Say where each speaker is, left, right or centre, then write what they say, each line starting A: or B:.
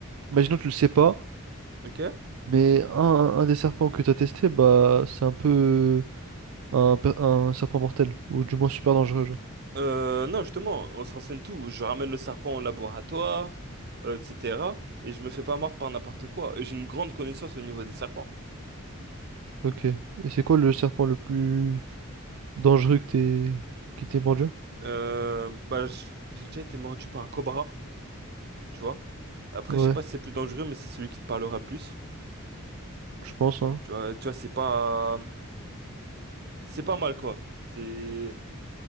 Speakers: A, on the right (about 70°); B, on the right (about 50°).
A: Imaginons que tu le sais pas,
B: Ok?
A: mais un, un des serpents que t'as testé, bah, c'est un peu euh, un, per- un serpent mortel, ou du moins super dangereux, genre.
B: Euh, non, justement, on se renseigne tout. Je ramène le serpent au laboratoire, euh, etc. Et je me fais pas mordre par n'importe quoi. Et J'ai une grande connaissance au niveau des serpents.
A: Ok. Et c'est quoi le serpent le plus dangereux que t'es qui t'ait mordu?
B: Euh, bah, j- j'ai déjà été mordu par un cobra, tu vois. Après,
A: Ouais,
B: je sais pas si c'est plus dangereux, mais c'est celui qui te parlera le plus.
A: je pense, hein.
B: Tu vois, tu vois, c'est pas, c'est pas mal quoi. C'est